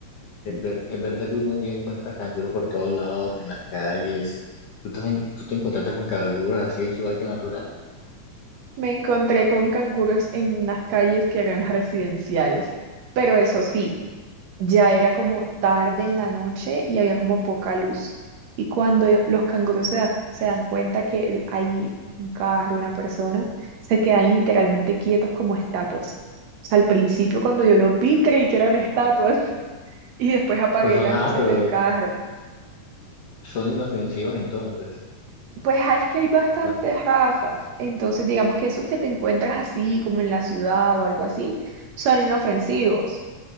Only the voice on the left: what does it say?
Es, ver- es verdad que uno ya encuentra canguros por todos lados, en las calles. Tú te, en- tú te encontraste con canguros así en su hábitat natural.
Pues son,
ah,
pero
son inofensivos entonces.
Pues,